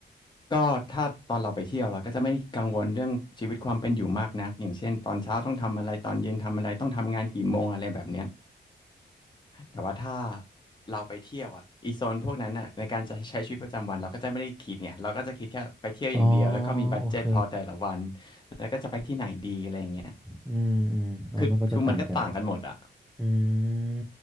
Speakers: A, on the left; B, in the centre.
A: ก็ถ้าตอนเราไปเที่ยวเราก็จะไม่กังวลเรื่องชีวิตความเป็นอยู่มากนักอย่างเช่นตอนเช้าต้องทำอะไรตอนเย็นทำอะไรต้องทำงานกี่โมงอะไรแบบเนี้ยแต่ว่าถ้าเราไปเที่ยวอ่ะอีโซนพวกนั้นอ่ะในการจะใช้ชีวิตประจำวันเราก็จะไม่ได้คิดไงเราก็จะคิดแค่ไปเที่ยวอย่างเดียวแล้วก็มีบัดเจ็ตพอแต่ละวัน
B: อ๋อโอเค
A: แล้วก็จะไปที่ไหนดีอะไรอย่างเงี้ย
B: อืมอืมอ๋อมันก็จะต่างกัน
A: คือคือมันก็ต่างกันหมดอ่ะ
B: อืม